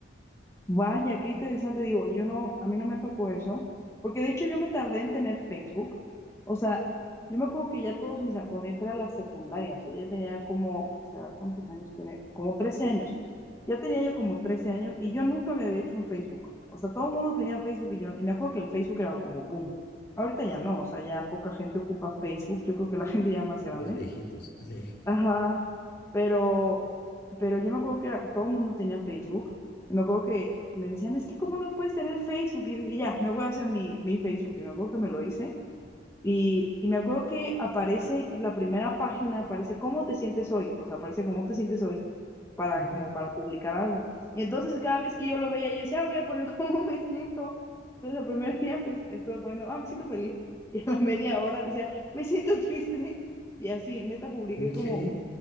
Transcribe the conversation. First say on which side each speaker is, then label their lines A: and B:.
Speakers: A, on the left; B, on the left.
A: Vaya, qué interesante. Digo, yo no, a mí no me tocó eso, porque de hecho yo me tardé en tener Facebook. O sea, yo me acuerdo que ya todos mis, am- cuando yo entré a la secundaria, o sea, ya tenía como, ¿qué será? ¿Cuántos años tiene? Como 13 años. Ya tenía yo como 13 años y yo nunca me había hecho un Facebook. O sea, todo el mundo tenía Facebook y yo, y me acuerdo que el Facebook era como boom. Ahorita ya no, o sea, ya poca gente ocupa Facebook. Yo creo que la <laughs> gente ya más grande.
B: Los viejitos, sí.
A: Ajá. Pero, pero yo me acuerdo que era, todo el mundo tenía Facebook. Y me acuerdo que me decían, es que ¿cómo no puedes tener Facebook? Y dije, ya, me voy a hacer mi, mi Facebook. Y me acuerdo que me lo hice. Y, y me acuerdo que aparece en la primera página, aparece cómo te sientes hoy. O sea, aparece cómo te sientes hoy para,
B: Ujú.
A: como para publicar algo. Y entonces cada vez que yo lo veía, yo decía, "Ah, voy a poner <laughs> cómo me siento. Entonces el primer día, pues estuve poniendo, ah, me siento feliz. <laughs> Y a la media hora decía, me siento triste. Y así, neta, publiqué
B: Ok,
A: como